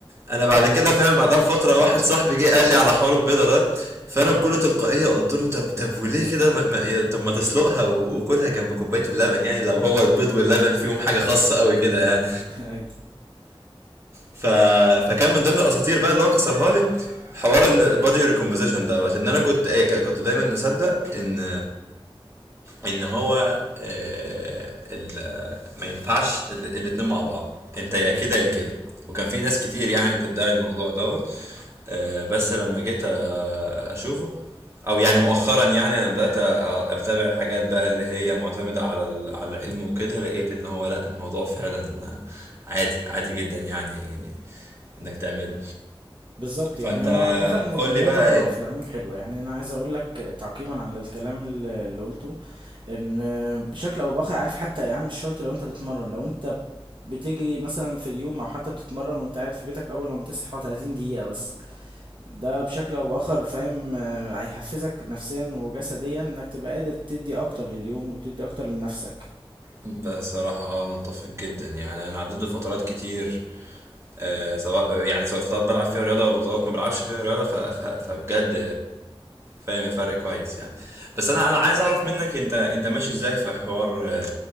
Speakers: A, on the right; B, on the right.
A: انا بعد كده فاهم بعدها بفتره واحد صاحبي جه قال لي على حوار البيضه ده فانا بكل تلقائيه قلت له طب طب وليه كده ما- ما- يا- طب ما تسلقها و- وكلها جنب كوبايه اللبن يعني لو هو البيض واللبن فيهم حاجه خاصه قوي كده يعني
B: <laughs> ايوه
A: ف... فكان من ضمن الاساطير بقى اللي هو كسرها لي حوار ان البادي ريكومبوزيشن دوت ان انا كنت إيه، ك- كنت دايما مصدق ان ان هو آه، ال- ما ينفعش ال- الاتنين مع بعض انت يا
B: ايوه
A: كده يا كده وكان في ناس كتير يعني بتدعي الموضوع دوت آه، بس لما جيت آه، اشوفه او يعني مؤخرا يعني لما بدات أ- اتابع الحاجات بقى اللي هي معتمده على ال- على العلم وكده لقيت ان هو لا الموضوع فعلا عادي عادي جدا يعني انك تعمله
B: بالظبط
A: فانت
B: يعني هو عامة الرياضة
A: قول لي بقى ايه
B: في العموم حلوة يعني أنا عايز أقول لك تعقيبا على الكلام اللي اللي قلته إن بشكل أو بآخر عارف حتى يا عم مش شرط لو أنت بتتمرن لو أنت بتجري مثلا في اليوم أو حتى بتتمرن وأنت قاعد في بيتك أول لما تصحى 30 دقيقة بس ده بشكل أو بآخر فاهم آه، هيحفزك نفسيا وجسديا إنك تبقى قادر تدي أكتر لليوم وتدي أكتر لنفسك
A: بصراحة اه انا اتفق جدا يعني انا عديت بفترات كتير آه، سواء يعني سواء فترات بلعب فيها رياضة او فترات ما بلعبش فيها رياضة ف... ف... فبجد فاهم الفرق كويس يعني بس انا انا عايز اعرف منك انت انت ماشي ازاي في حوار آه،